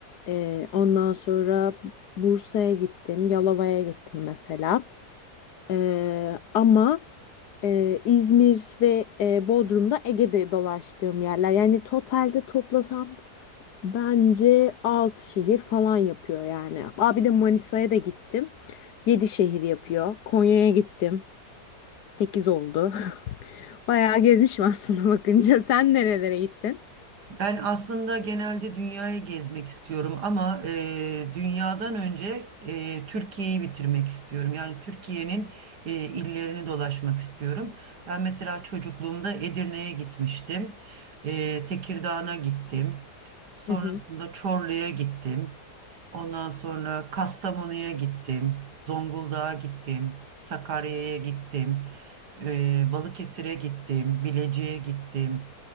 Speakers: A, on the left (about 80°); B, on the right (about 85°).
A: Eee, ondan sonra Bursa'ya gittim, Yalova'ya gittim mesela. Eee, ama e, İzmir ve e, Bodrum'da Ege'de dolaştığım yerler. Yani totalde toplasam bence 6 şehir falan yapıyor yani. Abi de Manisa'ya da gittim. 7 şehir yapıyor. Konya'ya gittim. 8 oldu. <laughs> Bayağı gezmişim aslında bakınca. Sen nerelere gittin?
B: Ben aslında genelde dünyayı gezmek istiyorum ama e, dünyadan önce e, Türkiye'yi bitirmek istiyorum. Yani Türkiye'nin e, illerini dolaşmak istiyorum. Ben mesela çocukluğumda Edirne'ye gitmiştim. E, Tekirdağ'a gittim. Sonrasında
A: Hı hı.
B: Çorlu'ya gittim. Ondan sonra Kastamonu'ya gittim, Zonguldak'a gittim, Sakarya'ya gittim, eee, Balıkesir'e gittim, Bilecik'e gittim.